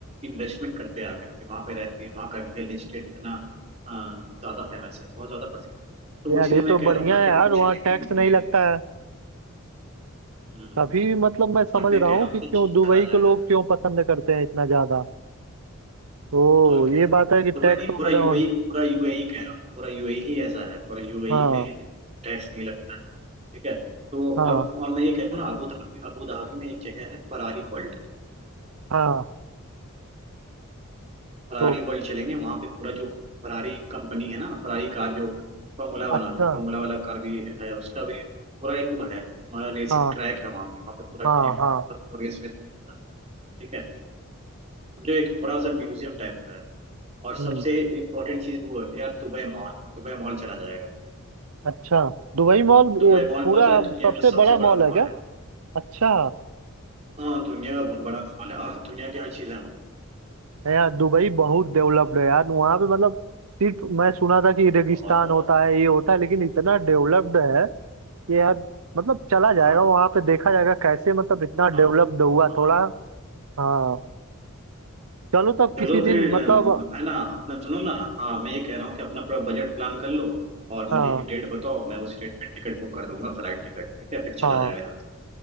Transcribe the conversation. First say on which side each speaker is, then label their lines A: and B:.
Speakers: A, on the right; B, on the right.
A: इन्वेस्टमेंट करते हैं आकर के वहाँ पे रहते हैं वहाँ का रियल एस्टेट इतना अ, ज्यादा फेमस है बहुत ज्यादा प्रसिद्ध है तो
B: यार
A: इसीलिए
B: ये
A: मैं
B: तो
A: कह
B: बढ़िया
A: रहा हूँ ना
B: है
A: कि
B: यार
A: हम लोग
B: वहाँ
A: चलेंगे
B: टैक्स
A: घूमेंगे
B: नहीं लगता है
A: हम्म
B: तभी मतलब मैं समझ
A: वही मैं
B: रहा
A: कह
B: हूँ
A: रहा
B: कि
A: हूँ कि
B: क्यों दुबई
A: चला
B: को
A: जाएगा
B: लोग क्यों पसंद करते हैं इतना ज्यादा ओ
A: और क्या
B: ये बात है कि
A: दुबई
B: टैक्स
A: नहीं
B: वगैरह
A: पूरा यूएई
B: वहाँ-
A: पूरा यूएई कह रहा हूँ पूरा यूएई ही ऐसा है पूरा यूएई
B: हाँ
A: में टैक्स नहीं लगता है ठीक है तो
B: हाँ
A: और और मैं ये कह रहा हूँ ना अबू धाबी अबू धाबी में एक जगह है फरारी वर्ल्ड
B: हाँ
A: फरारी
B: तो
A: वर्ल्ड चलेंगे वहाँ पे पूरा जो फरारी कंपनी है ना फरारी कार जो फॉर्मूला बनाती
B: अच्छा
A: है फॉर्मूला वाला कार भी है उसका भी पूरा एक वो है हमारा रेसिंग
B: हाँ
A: ट्रैक है वहाँ पे वहाँ पे पूरा
B: हाँ
A: गेम
B: हाँ
A: सब रेस वेस भी होता है ठीक है जो एक बड़ा सा म्यूजियम टाइप का है और सबसे
B: हम्म
A: इम्पोर्टेंट चीज़ वो है यार दुबई मॉल दुबई मॉल चला जाएगा
B: अच्छा दुबई मॉल
A: दुबई
B: ए,
A: मॉल
B: पूरा
A: पता है दुनिया
B: सबसे
A: का सबसे
B: बड़ा
A: बड़ा
B: मॉल है
A: मॉल
B: क्या
A: है
B: अच्छा
A: हाँ दुनिया का बहुत बड़ा मॉल है हाँ दुनिया की हर चीज है वहाँ
B: है यार दुबई बहुत डेवलप्ड है यार वहाँ पे मतलब सिर्फ मैं सुना था कि रेगिस्तान
A: बहुत बहुत
B: होता है ये होता है लेकिन इतना डेवलप्ड है कि यार मतलब चला जाएगा
A: हाँ
B: वहाँ पे देखा जाएगा कैसे मतलब इतना
A: हाँ
B: डेवलप्ड हुआ
A: हाँ
B: थोड़ा हाँ चलो तब
A: चलो
B: किसी
A: फिर
B: दिन
A: अम,
B: मतलब
A: है ना अपना सुनो ना हाँ मैं ये कह रहा हूँ कि अपना पूरा बजट प्लान कर लो और मुझे
B: हाँ
A: एक डेट बताओ मैं उस डेट में टिकट बुक कर दूंगा फ्लाइट टिकट ठीक है फिर
B: हाँ
A: चला जाएगा यहाँ से